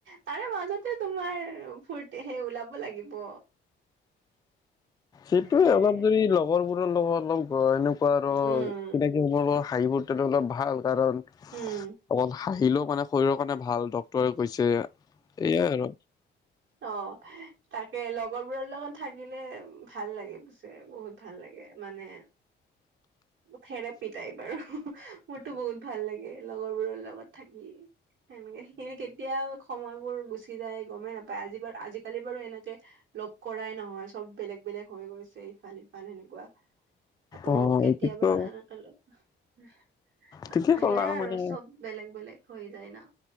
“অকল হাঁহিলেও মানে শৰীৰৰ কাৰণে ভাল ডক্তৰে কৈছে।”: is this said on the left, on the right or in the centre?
Left